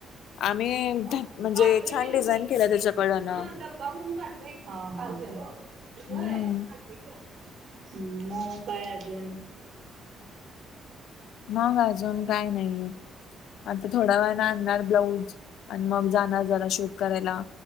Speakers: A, on the left; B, on the right.
A: आम्ही
B: ह
A: म्हणजे
B: बाट क
A: छान डिझाईन
B: तु्ही ह
A: केल्या त्याच्याकडनं.
B: <unintelligible> ून काढलाय चालू
A: हम्म
B: आहे <inaudible> हम्, मग काय अजून?
A: मंग अजून? काय नाही आता थोडा वेळ ना आणणार ब्लाऊज आणि मग जाणार जरा शूट करायला.